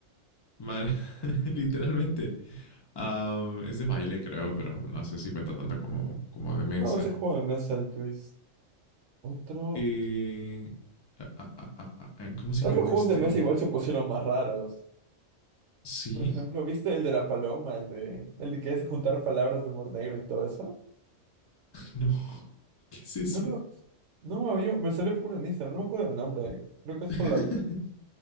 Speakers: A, on the left (about 45°); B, on the right (about 70°).
A: Man, <laughs> literalmente. Ah, es de baile, creo, pero no sé si cuenta tanto como, como de mesa.
B: No, ese juego de mesa, el Twist. Otro...
A: Eh, ah, ah, ah, ah, ah, ¿cómo se
B: Ahora
A: llama
B: los juegos
A: este?
B: de mesa igual se pusieron más raros.
A: ¿Sí?
B: Por ejemplo,
A: <laughs>
B: ¿viste el de la paloma? El de... El de que hace juntar palabras de humor negro y todo eso.
A: No. ¿Qué es eso?
B: No lo. No me había- Me sale por en Instagram, no me acuerdo el nombre. eh. Creo que es
A: <laughs>
B: por la.